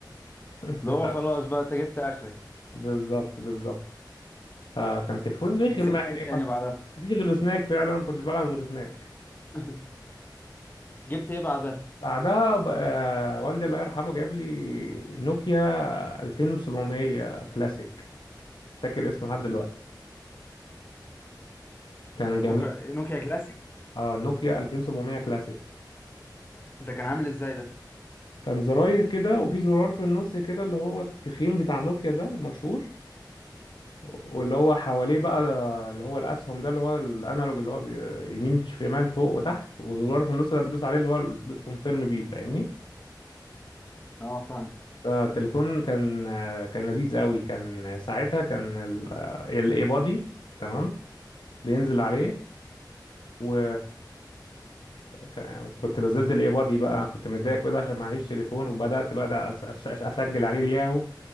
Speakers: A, on the left (about 90°); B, on the left (about 25°).
A: <laughs>
B: اللي
A: بس-
B: هو خلاص بقى انت جبت اخرك
A: بالظبط بالظبط فكان تليفون رخم
B: مسكت
A: يعني
B: ايه تاني
A: ما
B: بعدها
A: فيش غير سناك فعلا ما كنتش بلعب غير سناك
B: <laughs> جبت ايه بعدها
A: بعدها ب- آه، والدي الله يرحمه جاب لي نوكيا 2700 كلاسيك فاكر اسمه لحد دلوقتي كان جميل
B: نوكيا نوكيا كلاسيك
A: اه نوكيا 2700 كلاسيك
B: ده كان عامل ازاي ده
A: كان زراير كده وفي زرار في النص كده اللي هو التخين بتاع نوكيا ده المشهور واللي هو حواليه بقى اللي هو الاسهم ده اللي هو الانالوج اللي هو بي- يمين شمال فوق وتحت وزرار في النص ده بتدوس عليه اللي هو بتكونفيرم بيه فاهمني
B: اه فاهمك
A: آه، التليفون كان آه، كان لذيذ قوي كان ساعتها كان الاي بادي تمام بينزل عليه و ك- وكنت نزلت الاي بادي بقى كنت متضايق كده عشان معيش تليفون وبدات بقى أس- أس- أس- اسجل عليه الياهو